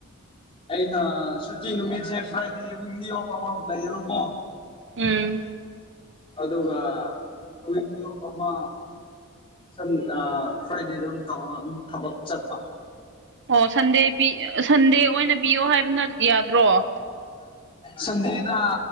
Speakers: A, on the left (about 25°); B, on the right (about 60°).
A: ꯑꯩꯅ ꯁꯨꯇꯤ ꯅꯨꯃꯤꯠꯦ ꯐ꯭ꯔꯥꯏꯦꯋꯤꯂꯤꯔ ꯀꯣ
B: ꯎꯝ
A: ꯑꯗꯨꯒꯃ ꯁꯟ ꯐ꯭ꯔꯥꯏꯗꯦꯗ ꯑꯗꯨꯝ ꯇ ꯊꯕꯛ ꯆꯠꯄ
B: ꯑꯣ ꯁꯟꯗꯦ ꯁꯟꯗꯦ ꯑꯣꯏꯅ ꯄꯤꯌꯣ ꯍꯥꯏꯕꯅ ꯌꯥꯗ꯭ꯔꯣ
A: ꯁꯗꯦ ꯑꯩꯅ